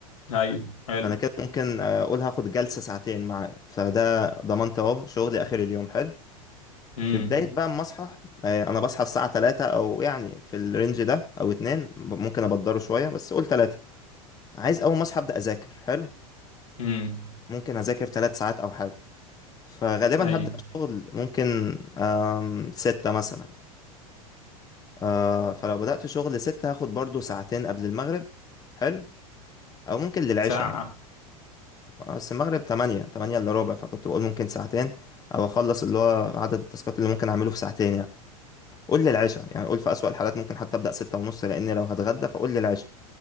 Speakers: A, on the left; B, on the left.
A: ايوه حلو
B: فانا كده ممكن آه، اقول هاخد جلسة ساعتين معاه فده ضمنت اهو شغلي اخر اليوم حلو
A: امم
B: في بداية بقى ما اصحى آه، انا بصحى الساعة 3 او يعني في الرينج ده او 2 ممكن ابدره شوية بس قول 3 عايز اول ما اصحى ابدا اذاكر حلو
A: امم
B: ممكن اذاكر 3 ساعات او حاجة فغالبا
A: ايوه
B: هبدا شغل ممكن آم، 6 مثلا آه، فلو بدات شغل 6 هاخد برضو ساعتين قبل المغرب حلو او ممكن للعشاء
A: ساعة
B: يعني بس المغرب 8 8 الا ربع فكنت بقول ممكن ساعتين او اخلص اللي هو عدد التاسكات اللي ممكن اعمله في ساعتين يعني قول لي العشاء يعني قول في أسوأ الحالات ممكن حتى أبدأ ستة ونص لأن لو هتغدى فقول لي العشاء